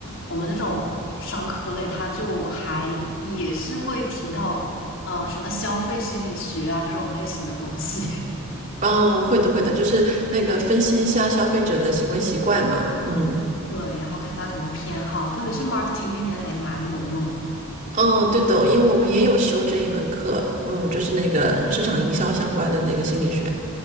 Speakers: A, on the left (about 60°); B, on the right (about 35°).
A: 我们那种商科类，它就还也是会提到呃什么消费心理学啊这种类型的东西，
B: 哦，会的会的，就是那个分析一下消费者的行为习惯嘛。嗯
A: <laughs> 对，然后看他怎么偏好，特别是 marketing 那边还蛮有用的。
B: 嗯，对的，因为我们也有修这一门课，嗯，就是那个市场营销相关的那个心理学。